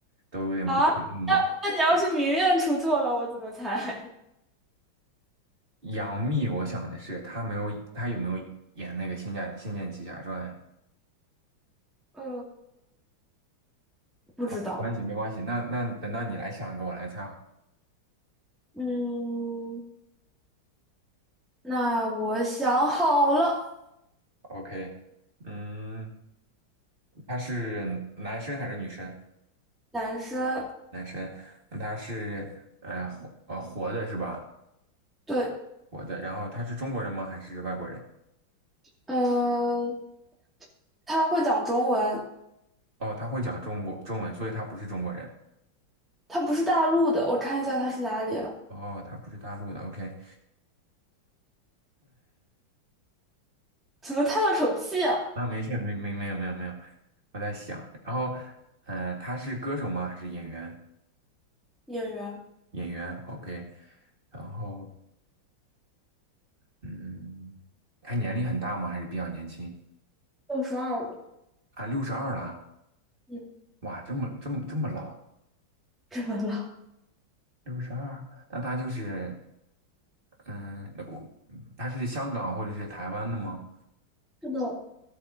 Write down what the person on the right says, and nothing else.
都有点不确定了。
杨幂，我想的是她没有，她有没有演那个《仙剑仙剑奇侠传》
啊？没关系，没关系。那那等到你来想一个，我来猜好。
OK，嗯，他是男生还是女生？
男生。那他是呃活呃活的是吧？
活的。然后他是中国人吗？还是外国人？
哦，他会讲中国中文，所以他不是中国人。
哦，他不是大陆的。OK，
那没事，没没没有没有没有，我在想。然后，呃，他是歌手吗？还是演员？
演员，OK，然后嗯，他年龄很大吗？还是比较年轻
啊？六十二了，
哇，这么这么这么老，
六十二，那他就是嗯，那我他是香港或者是台湾的吗？